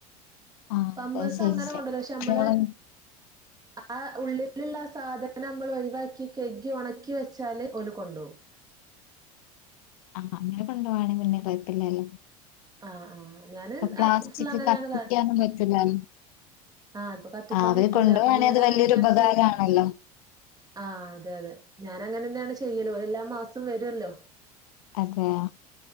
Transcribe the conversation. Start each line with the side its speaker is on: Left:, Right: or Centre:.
Left: ആഹ്
Right: പാമ്പേഴ്സ്
Left: അത് ശരി
Right: അങ്ങനെ
Left: ശരി.
Right: കൊണ്ട് പോവൂല പക്ഷേ
Left: അപ്പൊ
Right: നമ്മള്
Left: നിങ്ങള്
Right: ആഹ് ഉള്ളിലുള്ള ആ സാധനം നമ്മൾ ഒഴിവാക്കി കഴുകി ഉണക്കി വെച്ചാല് ഓല് കൊണ്ട് പോവും
Left: ആഹ് അങ്ങനെ കൊണ്ട് പോവാണെങ്കിൽ പിന്നെ കൊഴപ്പം ഇല്ലല്ലോ
Right: ആഹ് ആഹ് ഞാന്
Left: പ്ലാസ്റ്റിക്
Right: ഫുള്ള് അങ്ങനെയാണ് കാ
Left: <unintelligible>
Right: ആഹ് ഇപ്പൊ കത്തിക്കാൻ
Left: ആഹ് അവര്
Right: പറ്റൂല
Left: കൊണ്ടുപോവാണെ
Right: അപ്പൊ ഞാൻ
Left: അത്
Right: അങ്ങനെ
Left: വലിയൊരു
Right: ന്നെയാണ്
Left: ഉപകാരാണല്ലോ
Right: ചെ ആഹ് അതെ അതെ ഞാൻ അങ്ങനെ തന്നെയാണ് ചെയ്യല് ഓര് എല്ലാ മാസവും വരൂല്ലോ
Left: അതെയാ